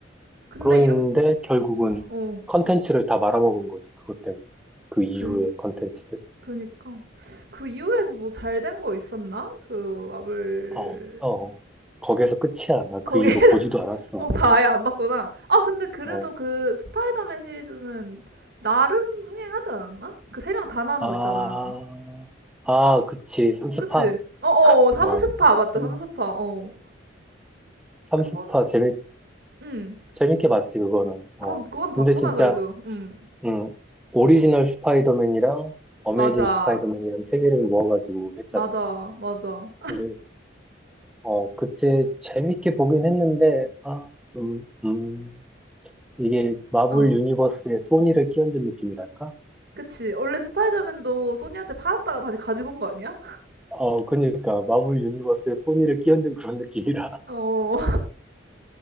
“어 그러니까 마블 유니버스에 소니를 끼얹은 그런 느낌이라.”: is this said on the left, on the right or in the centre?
Centre